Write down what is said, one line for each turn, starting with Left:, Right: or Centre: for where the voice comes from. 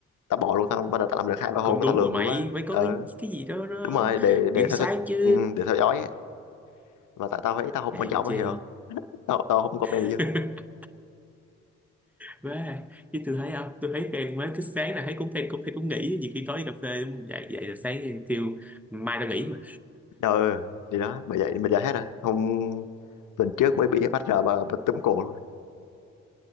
Left: tao bỏ luôn tao bắt đầu tao làm được hai ba hôm
Centre: cũng đúng
Left: tao lười
Centre: rồi mày
Left: quá
Centre: phải có
Left: ừ
Centre: cái cái gì đó nó
Left: đúng rồi để để
Centre: kiểm
Left: theo
Centre: soát
Left: sách
Centre: chứ
Left: ừ, để theo dõi á mà tại tao thấy tao không
Centre: hèn
Left: quan trọng
Centre: chi
Left: á hiểu không tao tao không comment
Centre: <laughs>
Left: gì
Centre: quá chứ tôi thấy không tôi thấy em mới cứ sáng là thấy cũng em cũng thấy cũng nghỉ nhiều khi tối đi cà phê dậy dậy là sáng kêu mai tao nghỉ mà
Left: đâu ừ thì đó bởi vậy bây giờ hết rồi hôm tuần trước mới bị bắt ra bà, bà túm cổ luôn